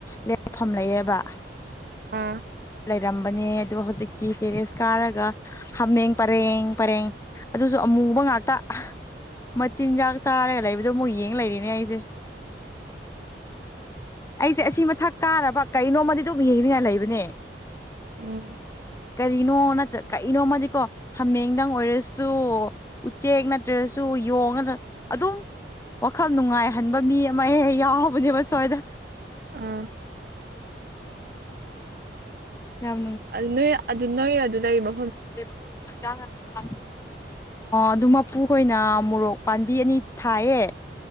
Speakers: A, on the left; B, on the right.
A: ꯂꯦꯞꯐꯝ ꯂꯩꯑꯕ
B: ꯑꯥ
A: ꯂꯩꯔꯝꯕꯅꯦ ꯑꯗꯣ ꯍꯧꯖꯤꯛꯇꯤ ꯇꯦꯔꯦꯁ ꯀꯥꯔꯒ ꯍꯥꯃꯦꯡ ꯄꯔꯦꯡ ꯄꯔꯦꯡ ꯑꯗꯨꯁꯨ ꯑꯃꯨꯕ ꯉꯥꯛꯇ ꯃꯆꯤꯟꯖꯥꯛ ꯆꯥꯔꯒ ꯂꯩꯕꯗꯣ ꯃꯣꯏ ꯌꯦꯡꯉ ꯂꯩꯔꯤꯅꯤ ꯑꯩꯖ‌ꯦ ꯑꯩꯁꯦ ꯑꯁꯤ ꯃꯊꯛ ꯀꯥꯔꯕ ꯀꯩꯅꯣꯝꯃꯗꯤ ꯑꯗꯨꯝ ꯌꯦꯡꯅꯤꯡꯉꯥꯏ ꯂꯩꯕꯅꯦ
B: ꯎꯝ
A: ꯀꯔꯤꯅꯣ ꯅꯠꯇ꯭ꯔ ꯀꯔꯤꯅꯣꯃꯗꯤꯀꯣ ꯍꯥꯃꯦꯡꯗꯪ ꯑꯣꯏꯔꯁ ꯁꯨ ꯎꯆꯦꯛ ꯅꯠꯇ꯭ꯔꯁꯨ ꯌꯣꯡ ꯅꯇ꯭ꯔ ꯑꯗꯨꯝ ꯋꯥꯈꯜ ꯅꯨꯡꯉꯥꯏꯍꯟꯕ ꯃꯤ ꯑꯃ ꯍꯦꯛ ꯍꯦꯛ ꯌꯥꯎꯕꯅꯦꯕ ꯁ꯭ꯋꯥꯏꯗ
B: ꯑꯥ
A: ꯌꯥꯝ
B: ꯑꯗꯨ ꯅꯣꯏ ꯑꯗꯨ ꯅꯣꯏ ꯑꯗꯨ ꯂꯩꯕꯣ
A: ꯃꯐꯝꯗꯨ ꯍꯤꯖꯥꯡ ꯅꯥꯄꯤ ꯑ ꯑꯗꯨ ꯃꯞ ꯄꯨꯈꯣꯏꯅ ꯃꯣꯔꯣꯛ ꯄꯥꯝꯕꯤ ꯑꯅꯤ ꯊꯥꯏꯌꯦ